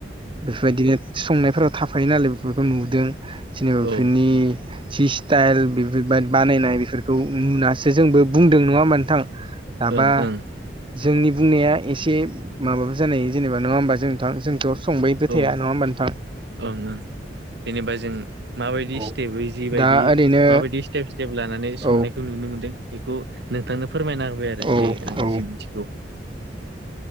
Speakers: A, on the right (about 30°); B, on the right (about 65°).
A: बेफोरबायदिनो संनायफोराव थाफायो नालाय बेफोरखौ नुदों जेनेबा बेफोरनि
B: औ औ
A: जि स्टाइल बेफोरबाय बानायनाय बेफोरखौ नुनासो जोंबो बुंदों नङा होमा नोंथां दाबा
B: औ ओं ओं
A: जोंनि बुंनाया एसे माबाबो जानाय जेनेबा नङा होमबा जोंथा जोंथ' खोथाया
B: औ
A: नङा होमबा नोंथां
B: ओं ओं जेनेबा जों माबायदि
A: औ
B: स्टेपै जिबायदि
A: दा ओरैनो
B: माबायदि स्टेप स्टेप लानानै संनायखौ
A: औ
B: नुनो मोनदों बेखौ नोंथांनो फोरमायना होबाय आरो
A: औ
B: जे आङो
A: औ
B: जि मिथिगौ